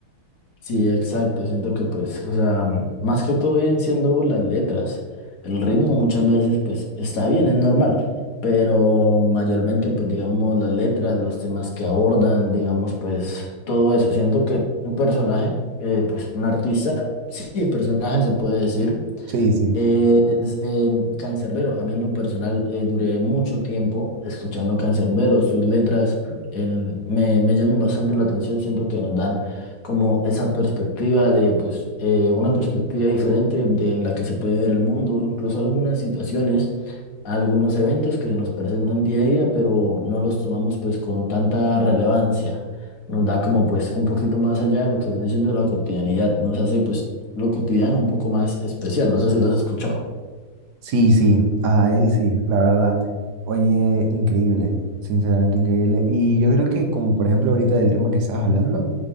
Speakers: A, on the left; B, on the right.
A: Sí, exacto, siento que pues, o sea, más que todo vienen siendo las letras. El ritmo muchas veces pues está bien, es normal, pero mayormente pues digamos las letras, los temas que abordan, digamos pues todo eso. Siento que un personaje, eh, pues un artista, sí, personaje se puede decir
B: Sí, sí.
A: es eh, Canserbero. A mí en lo personal eh, duré mucho tiempo escuchando Canserbero. Sus letras en- me, me llaman bastante la atención. Siento que nos dan como esa perspectiva de, pues, eh, una perspectiva diferente de en la que se puede ver el mundo, incluso algunas situaciones, algunos eventos que se nos presentan día a día, pero no los tomamos pues con tanta relevancia nos da como pues un poquito más allá de lo que viene siendo la cotidianidad, nos hace pues lo cotidiano un poco más especial, no sé si lo has escuchado.
B: Sí, sí, a él sí, la verdad. Oye, increíble, sinceramente increíble. Y yo creo que como por ejemplo ahorita del tema que estabas hablando,